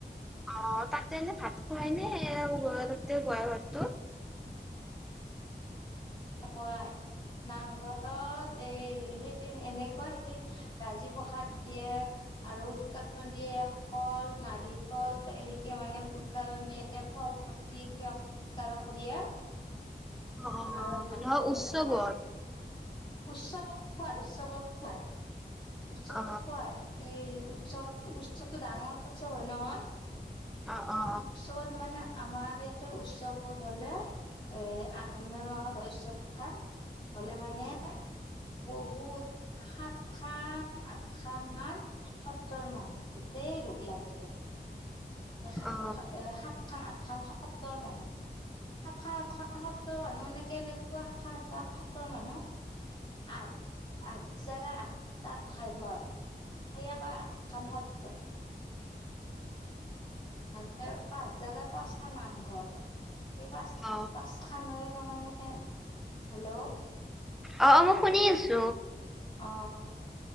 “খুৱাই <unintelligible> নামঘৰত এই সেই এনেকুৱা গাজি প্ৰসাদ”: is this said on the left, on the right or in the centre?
Left